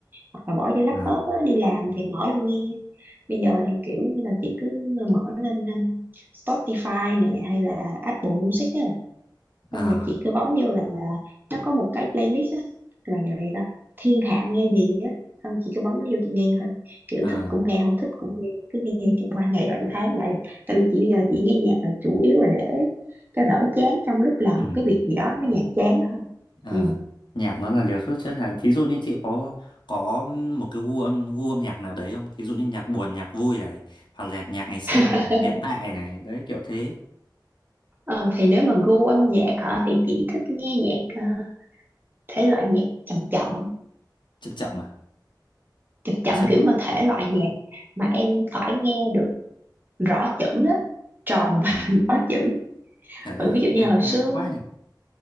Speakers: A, on the right; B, on the left.
A: hoặc là bỏ vô laptop
B: Ờ,
A: á, đi làm thì mở lên nghe bây giờ thì kiểu như là chị cứ mở lên um, Spotify nè hay là Apple Music á
B: ờ,
A: xong rồi chị cứ bấm vô là nó có một cái playlist á là vậy đó thiên hạ nghe gì á xong chị cứ bấm nó vô chị nghe thôi kiểu
B: ờ,
A: thích cũng nghe không thích cũng nghe cứ nghe cho qua ngày đoạn tháng lại tại vì chị bây giờ chị nghe nhạc là chủ yếu là để cho đỡ chán trong lúc làm
B: ừm,
A: một cái việc gì đó nó nhàm chán thôi
B: ờ.
A: ừ.
B: Nhạc nó là liều thuốc chữa lành. Thí dụ như chị có có một cái gu âm gu âm nhạc nào đấy không? Thí dụ như nhạc buồn, nhạc vui này, hoặc là nhạc ngày xưa,
A: <laughs>
B: hiện tại này, đấy kiểu thế.
A: Ờ, thì nếu mà gu âm nhạc hả thì chị thích nghe nhạc ờ, thể loại nhạc chậm chậm
B: Chậm chậm mà.
A: chậm chậm
B: Có xét.
A: kiểu mà thể loại nhạc mà em phải nghe được rõ chữ á tròn và
B: Ừ.
A: <laughs> rõ chữ
B: Thể loại
A: ừ,
B: là
A: ví dụ như
B: lạ,
A: hồi
B: lạ
A: xưa
B: quá này.